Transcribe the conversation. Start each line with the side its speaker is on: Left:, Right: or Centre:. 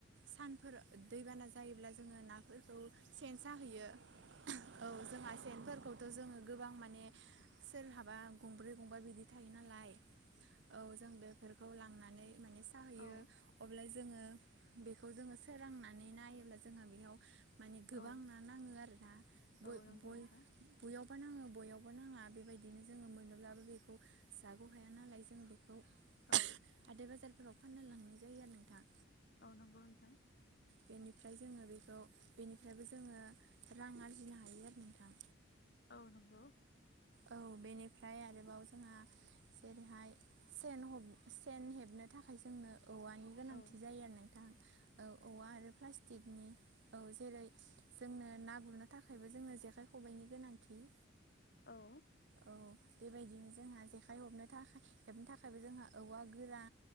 Right: सानफोर दैबाना जायोब्ला जोङो ना खौ सेन साहैयो औ जोंहा सेनफोरखौ खौथ' जोङो गोबां माने सोरहाबा गंब्रै गंबा बिदि थायो नालाय औ जों बेफोरखौ लांनानै माने साहैयो
Left: औ
Right: अब्ला जोङो बेखौ जोङो सोरांनानै नायोब्ला जोंहा बेयाव माने गोबां
Left: औ
Right: ना नाङो आरो ना बै
Left: औ नंगौ
Right: बैयाव
Left: नोंथां
Right: बो नाङो बयावबो नाङा बेबायदिनो जोङो मोनोब्लाबो बेखौ जागौ हाया नालाय जों बेखौ
Left: औ
Right: बेखौ हाथाइ बाजारफोराव फाननो लांनाय जायो आरो नोंथाङा
Left: औ नांगौ नोंथां
Right: बेनिफ्राय जोङो बेखौ बेनिफ्रायबो जोङो रां आरजिनो हायो आरो नोंथां
Left: औ नंगौ
Right: औ बेनिफ्राय आरोबाव जोंहा जेरैहाय सेन ह सेन हेबनो थाखाय जोंनो औवानि गोनांथि
Left: औ
Right: जायो आरो नोंथां औ औवा आरो प्लास्टिकनि औ जेरै जोंनो ना गुरनो थाखायबो जोंनो जेखाइ खबाइनि गोनांथि
Left: औ
Right: औ बेबायदिनो जोंहा जेखाइ हबनो थाखाय हेबनो थाखायबो जोंहा औवा गोरा